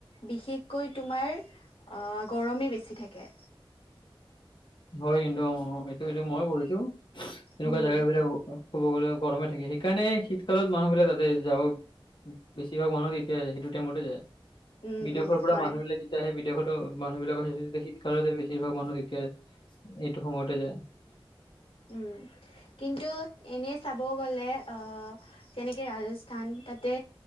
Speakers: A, on the left; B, on the left.
A: বিশেষকৈ তোমাৰ অ', গৰমেই বেছি থাকে।
B: হয় কিন্তু, অ' অ' এইটো এইটো মই পঢ়িছো, এনেকুৱা
A: উম
B: জাগা বিলাকো ক'ব গ'লে গৰমে থাকে, সেইকাৰণে শীতকালত মানুহবিলাক তাতে যাব বেছিভাগ মানুহ তেতিয়াই যায়, সেইটো টাইমতে যায়।
A: উম
B: বিদেশৰ
A: উম
B: পৰা
A: হয়
B: মানুহ বিলাক তেতিয়া হেই বিদেশতো মানুহ বিলাকৰ শীতকালতে বছিভাগ মানুহ তেতিয়া এইটো সময়তে যায়।
A: উম। কিন্তু এনেই চাব গ'লে, আহ যেনেকে ৰাজস্থান। তাতে